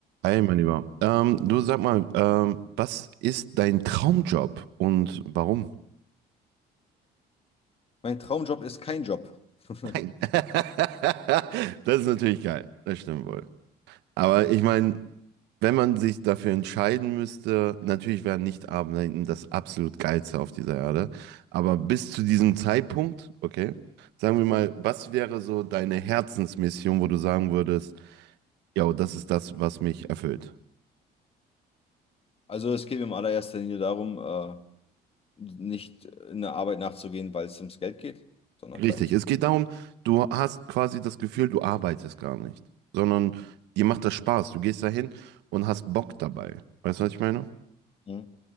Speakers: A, on the right; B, on the left.
A: Hi, mein Lieber. Ähm, du sag mal, ähm, was ist dein Traumjob und warum?
B: Mein Traumjob ist kein Job. <laughs>
A: Nein. <laughs> Das ist natürlich geil, das stimmt wohl. Aber ich meine, wenn man sich dafür entscheiden müsste, natürlich wäre nicht arbeiten das absolut Geilste auf dieser Erde. Aber bis zu diesem Zeitpunkt, okay, sagen wir mal, was wäre so deine Herzensmission, wo du sagen würdest, ja, das ist das, was mich erfüllt?
B: Also es geht mir in allererster Linie darum, äh, nicht in der Arbeit nachzugehen, weil es ums Geld geht, sondern
A: Richtig,
B: vielleicht.
A: es geht darum, du hast quasi das Gefühl, du arbeitest gar nicht, sondern dir macht das Spaß. Du gehst dahin und hast Bock dabei. Weißt du, was ich meine?
B: Mhm.